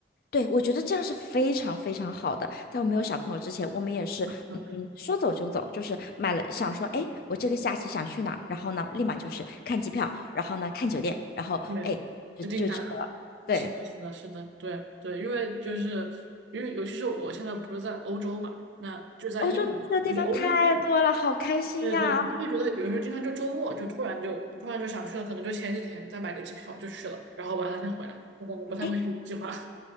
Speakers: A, on the left; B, on the right.
A: 对，我觉得这样是非常非常好的。在我没有小朋友之前，我们也是，
B: 嗯，
A: 嗯，说走就走，就是买了，想说，哎，我这个假期想去哪儿然后呢，立马就是看机票，然后呢，看酒店，然后哎，
B: 对，
A: 就就去了。
B: 就定下来了。
A: 对，
B: 是的，是的，是的，对对，因为就是因为尤其是我现在不是在欧洲嘛，那就在英国，
A: 欧洲能去的地方太多了，
B: 离欧洲近。
A: 好开心呀！
B: 对对，我就会觉得有时候经常就周末就突然就突然就想去了，可能就前几天再买个机票就去了，然后完了再回来，我不太会去计划。
A: 哎，
B: <laughs>